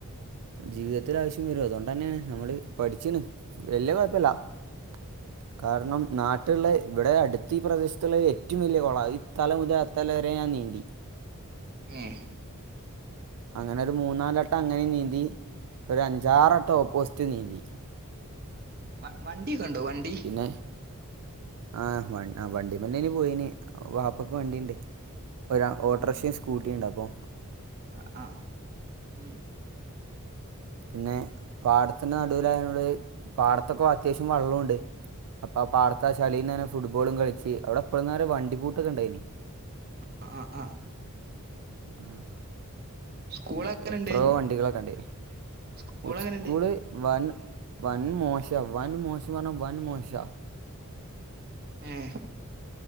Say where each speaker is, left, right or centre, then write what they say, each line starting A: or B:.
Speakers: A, on the right; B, on the right.
A: ജീവിതത്തിൽ ആവ്ശ്യം വരും അതുകൊണ്ടെന്നേണ് നമ്മള് പഠിച്ച്ണ് വല്യ കൊഴപ്പല്ല <inaudible> കാരണം നാട്ട്ള്ള ഇവിടെ അടുത്ത ഈ പ്രദേശത്തുള്ള ഏറ്റവും വലിയ കൊള ഈത്തല മുതൽ അത്തലവരെ ഞാൻ നീന്തി.
B: ഏഹ്.
A: അങ്ങനെ ഒരു മൂന്നാലട്ടം അങ്ങനും നീന്തി ഒരു അഞ്ചാറട്ടം ഓപ്പോസിറ്റ് നീന്തി.
B: വവണ്ടിയൊക്കെണ്ടോ വണ്ടി?
A: ന്നെ. ആഹ് ആ വണ്ടിമന്നേനി പോയിന് വാപ്പക്ക് വണ്ടിണ്ട്. ഒരു ആ
B: ഉം
A: ഓട്ടർഷിം
B: ഉം
A: സ്കൂട്ടിയും ഉണ്ട് അപ്പോ.
B: ആ ആഹ് ഉം
A: പിന്നെ പാട്ത്തിന്റെ നടുലായോണ്ട് പാടത്തൊക്കെ അത്യാവ്ശ്യം വള്ളുണ്ട്. അപ്പാ ആ പാട്ത്തെ ആ ചളീന്ന്ങ്ങനെ ഫുട്ബോളും കളിച്ച് അവിടെ ഇപ്പൽന്നാര വണ്ടി പൂട്ടൊക്കെ ഉണ്ടായിനി.
B: അ ആഹ് ആഹ്.
A: ആഹ്.
B: സ്കൂൾ എങ്ങനെണ്ട്
A: എത്രയോ വണ്ടികളൊക്കെണ്ടേനി
B: സ്കൂൾ
A: സ്കൂള്
B: എങ്ങനെണ്ട്
A: വൻ വൻ മോശ വൻ മോശം പർഞ്ഞാ വൻ മോശാ.
B: ഏഹ്.